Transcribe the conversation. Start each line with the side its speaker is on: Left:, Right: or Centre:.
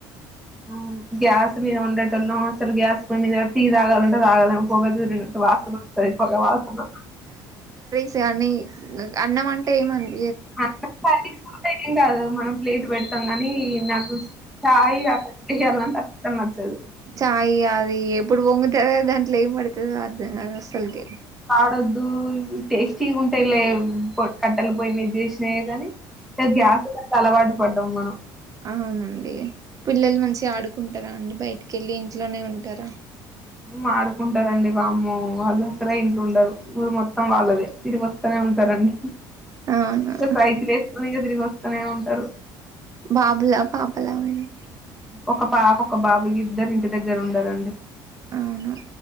Centre: అవును గ్యాస్ మీద వందటంలో అసలు గ్యాస్ పొయి మీద టీ తాగాలంటే తాగలెం. పొగ దూరినట్టు వాసన తడిపొగ వాసన.
Right: తే అని అన్నం అంటే ఏముంద్.
Centre: అట్లా పడేసుకుంటే ఏం కాదు మనం ప్లేట్ పెడతాం కాని నాకు సి. సాయి అక్క ఇక ఏమన్న అంటే అస్. సమ్మాచాలు.
Right: చాయ్ ఇగ అది ఎప్పుడు పొంగుతదా దాంట్లో ఏం పడుతుంది. కదా అర్ధంగాద్ అసల్కి.
Centre: డొద్దు టేస్టీ ఉంటాయిలేవు, కొట్ కట్టెల పొయ్యి మీద చేసినాయే గానీ. టే గ్యాస్ తో చాలా అలవాటు. పడ్డం మనం.
Right: అవునండి. పిల్లలు మంచిగ ఆడుకుంటరా అండి బయటికి. కెళ్ళి ఇంట్లోనే ఉంటారా.
Centre: ఊ ఆడుకుంటారండి వామ్మో వాళ్ళు అసల ఇంట్లో ఉండరు. ఊరు మొత్తం వాళ్ళదే, తిరిగి వస్తనే ఉంటారండి.
Right: అవును
Centre: ఒక్ సైకిల్ వేసుకొని ఇక తిరిగొస్త్. అనే ఉంటారు.
Right: బాబులా పాపలా మేడం.
Centre: ఒక పాప ఒక బాబు గిద్దరు ఇంటి దగ్గర ఉండరండి.
Right: అవును